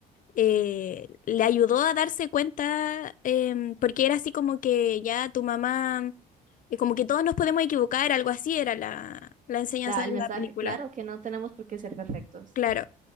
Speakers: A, on the left; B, on the right.
A: eh, le ayudó a darse cuenta, em, porque era así como que ya tu mamá, eh, como que todos nos podemos equivocar, algo así era la, la enseñanza
B: La,
A: de
B: el mensaje,
A: la película.
B: claro que no tenemos por qué ser perfectos.
A: Claro.